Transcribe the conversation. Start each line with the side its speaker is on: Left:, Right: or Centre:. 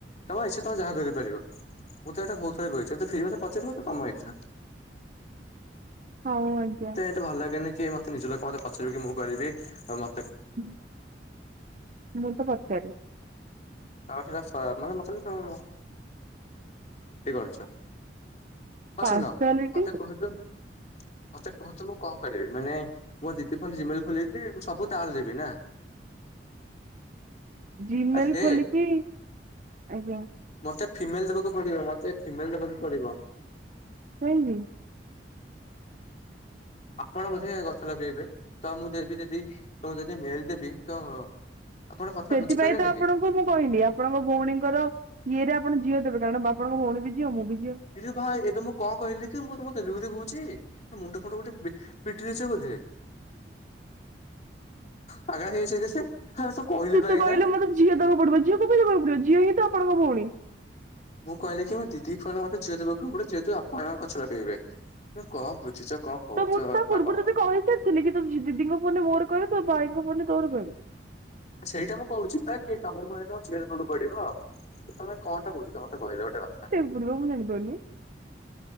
Left: ତମ ଇଚ୍ଛା ତମେ ଯାହା କରିପାରିବ। ମୁଁ ତ ଏଟା ଭହୁତଥର କହିଛି ଫି <unintelligible> ତମ ଇଛା।
Right: ହଉ ଆଜ୍ଞା।
Left: ତେ ଭଲ ଲାଗେନି କି ମତେ ନିଜ ଲୋକ ମତେ ପଚାରିବ କି ମୁଁ କରିବି। ମ
Right: ହଁ ମୁଁ ତ ପଚାରେ।
Left: ତା ସେଟା ମାନେ ମତେ ମତେ ତମ କେ <unintelligible> ଅଛ। ହଁ
Right: ପାର୍ସଆଲିଟି
Left: <unintelligible> ମତେ କୁହତୁ ମତେ କୁହତୁ ମୁଁ କଣ କରିବି ମାନେ? ମୋ ଦିିଦି ଫୋନ ଜିମେଲ ଖୋଲିକି ମୁଁ ସବୁ ତାର ଦେବି ନା।
Right: ଜିମେଲ
Left: ଆରେ ହେ
Right: ଖୋଲିକି ଆଜ୍ଞା।
Left: ମୋତେ ଫିମେଲ ଦେବାକୁ ପଡିବ ମୋତେ ଫିମେଲ ଦେବାକୁ ପଡିବ।
Right: କାଇଁକି।
Left: ଆପଣ ବୋଧେ ଗଛ ଲଗେଇବେ ତ ମୁଁ ଦେବି ଯଦି ତ ଯଦି ମେଳିଦେବି ତ ଆପଣ କଥା
Right: ସେଥିପାଇଁ
Left: ବୁଝିପାରିଲେନି
Right: ତ ଆପଣଙ୍କୁ
Left: କି
Right: ମୁଁ କହିଲି। ଆପଣଙ୍କ ଭଉଣୀଙ୍କର ଇଏରେ ଆପଣ ଝିଅ ଦେବେ କାରଣ ବାପଣଙ୍କ ଭଉଣୀ ଝିଅ ମୁଁ ବି ଝିଅ।
Left: ଏବେ ଭାଇ ଏବେ ମୁଁ କଣ କହିଲି କି ମୁଁ ତମକୁ ତେଲୁଗୁରେ କହୁଛି। ମୁଣ୍ଡ ଫୁଣ୍ଡ କୋଉଟି ପିଟି ଦେଇଛ ବୋଧେ। ପାଗଳା ହେଇଯାଇଛି କି ସେ ହଁ ତ କହିଲି
Right: ତୁ
Left: ପା
Right: ତ
Left: ଏଇନା
Right: କହିଲୁ ମତେ ଝିଅ ଦବ ଗୋ <unintelligible> ପଡିବ ଝିଅ ହିଁ ତ ଆପଣ ଭଉଣୀ।
Left: ମୁଁ କହିଲି କି ମୋ ଦିଦି ଫୋନ ମତେ ଝିଅଦବାକୁ ପଡ ଯେତୁ ଆପଣଙ୍କ ଗଛ ଲଗେଇବେ। ତମେ କଣ ବୁଝୁଛ କଣ? କହୁଛ
Right: ତ ମୁଁ ତ ତା
Left: ମାନେ
Right: ପୂର୍ବରୁ
Left: କଣ
Right: ତତେ କହିସାରିଥିଲି କି ତୁ ଦିଦିଙ୍କ ଫୋନ ମୋରକହିବି ତୋ ଭାଇ ମନ ତୋର କହିଲୁ।
Left: ଆ ସେଇଟା ମୁଁ କହୁଛି ବା କି ତମକୁ ମୁହ ତ ଝିଅ ଦେବାକୁ ପଡିବ ତମେ କଣଟା ବୁଝୁଛ ମତେ କହିଲ ଗୋଟେ କଥା।
Right: <unintelligible> ପାରୁନି